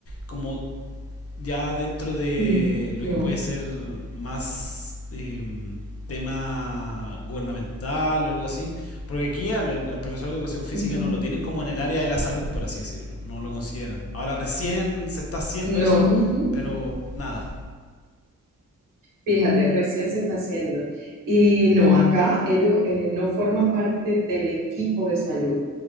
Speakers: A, on the left (about 50°); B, on the right (about 80°).
A: como ya dentro de
B: n-
A: lo
B: no,
A: que puede ser más eh, tema gubernamental o algo así, porque aquí al, al, profesor de educación física
B: ujú,
A: no lo tienen como en el área de la salud, por así decirlo, no lo consideran. Ahora recién se está haciendo
B: no,
A: eso,
B: ujú.
A: pero nada.
B: Fíjate, recién se está haciendo. Y no, acá ellos eh, no forman parte del equipo de salud.